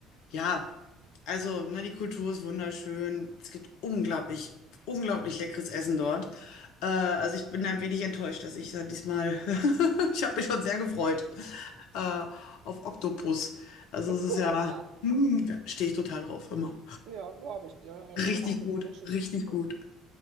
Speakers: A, on the left (about 60°); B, on the right (about 55°).
A: ja, also ne, die Kultur ist wunderschön. Es gibt unglaublich, unglaublich leckeres Essen dort. Äh, also ich bin ein wenig enttäuscht, dass ich da diesmal, <laughs> ich habe mich schon sehr gefreut äh, auf Oktopus. Also es ist
B: Oh,
A: ja,
B: ja.
A: mm, stehe ich total drauf, immer.
B: Ja, glaube ich dir. Ja,
A: Richtig
B: Ich hoffe,
A: gut,
B: das ist
A: richtig
B: cool.
A: gut.